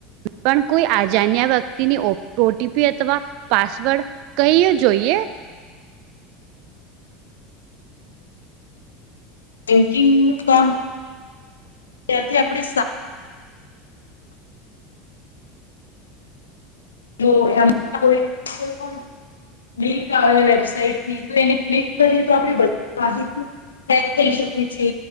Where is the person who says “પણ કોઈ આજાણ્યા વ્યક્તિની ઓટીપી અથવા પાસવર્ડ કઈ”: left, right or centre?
Right